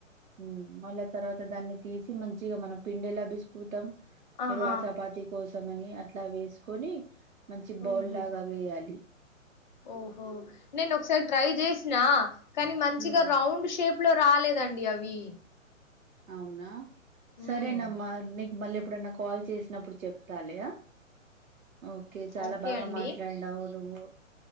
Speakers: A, on the right; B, on the left.
A: మ్మ్ మళ్ళా తర్వాత దాన్ని తీసి మంచిగా మనం పిండేలాభిసుకుతాం. మీరు
B: ఆహా
A: ఆ సపాతి కోసమని అట్లా వేసుకొని మంచి బౌల్
B: ఉహు
A: లాగా వేయాలి.
B: ఓహో నేను ఒకసారి ట్రై చేసిన కానీ మంచిగా
A: ఉమ్
B: రౌండ్ షేప్ ప్లో రాలేదండి అవి
A: అవునా సరేనమ్మ
B: మ్మ్
A: నీ మళ్ళీ ఎప్పుడైన్నా కాల్ చేసినప్పుడు చెప్తాలే ఓకే చాలా
B: ఓకే
A: బాగా
B: అండి
A: మాట్లాడినావు నువ్వు